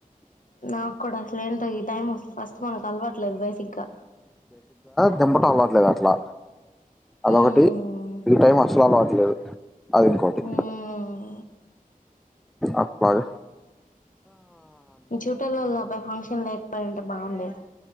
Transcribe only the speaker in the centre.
దింపట అలవట్లేదు అట్లా అదొకటి
ఈ టైం అసలు అలవట్లేదు అది ఇంకోటి
అప్పగా